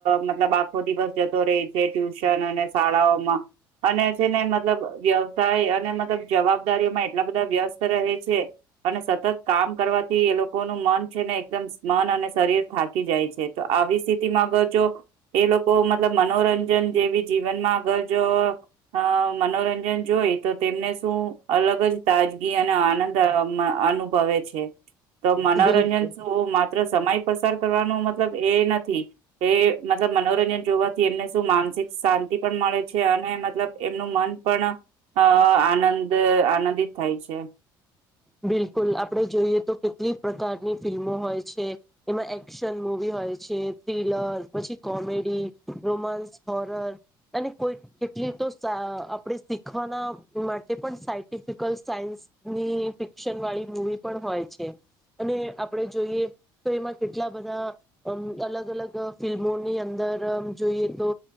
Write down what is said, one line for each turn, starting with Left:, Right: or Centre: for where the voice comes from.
Right: મતલબ આખો દિવસ જતો રહી છે ટ્યુશન અને શાળાઓમાં અને છે ને મતલબ વ્યવસાય અને મતલબ જવાબદારીઓમાં એટલા બધા વ્યસ્ત રહે છે અને સતત કામ કરવા થી એ લોકોનું મન છે ને એકદમ મન અને શરીર થાકી જાય છે તો આવી સ્થિતિમાં અગર જો એ લોકો મતલબ મનોરંજન જેવી જીવનમાં અગર જો અ મનોરંજન જોઈ તો તેમને શું અલગ જ તાજગી અને આનંદ અમા અનુભવે છે. તો મનોરંજન
Centre: બિલકુલ
Right: શું માત્ર સમય પસાર કરવાનો મતલબ એ નથી એ મત લબ મનોરંજન જોવાથી એમને શું માનસિક શાંતિ પણ મળે છે, અને મતલબ એમનું મન પણ અ આનંદ આનંદિત થાય છે.
Centre: બિલકુલ આપડે જોઈએ તો કેટલી પ્રકારની ફિલ્મો હોય છે, એમાં એક્શન મુવી હોય છે, થ્રીલર પછી કોમે ડી, રોમાન્સ, હોરર, અને કોઈ કેટલી તો સા આપણે શીખવાના માટે પણ સાયન્ટિફિકલ સાયન્સની ફિક્શન વાળી મૂવી પણ હોય છે. અને આપણે જોઈએ તો એમાં કેટલા બધા અ અલગ અલગ ફિલ્મોની અંદર જોઈએ તો